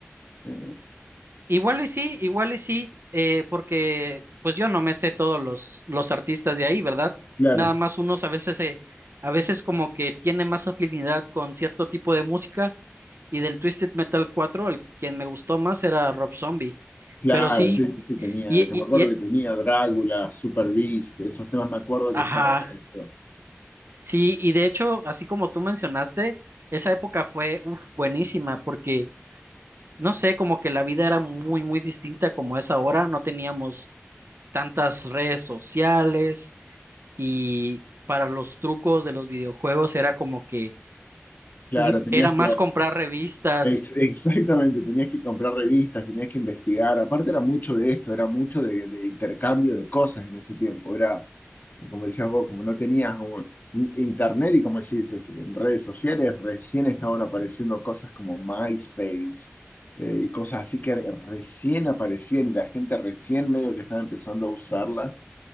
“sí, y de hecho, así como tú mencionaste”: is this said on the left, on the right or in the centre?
Right